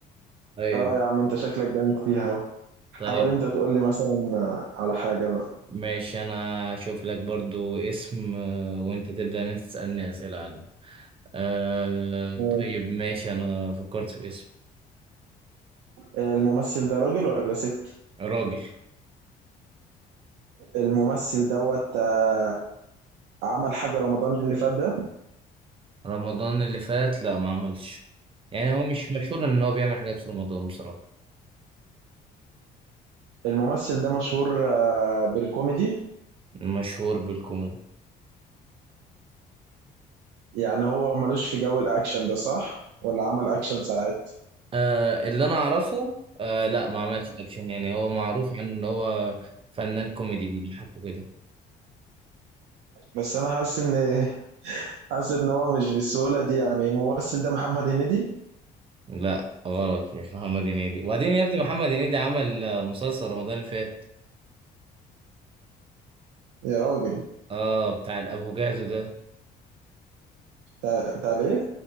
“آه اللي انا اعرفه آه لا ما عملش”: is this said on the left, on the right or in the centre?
Right